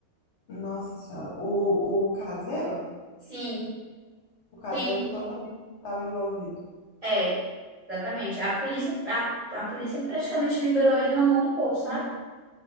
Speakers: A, on the left; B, on the right.
A: Nossa Senhora. O, o caseiro?
B: Sim,
A: O caseiro,
B: tem.
A: então, também estava envolvido.
B: É, exatamente. A polícia, a, a polícia praticamente liberou ele na mão do povo, sabe?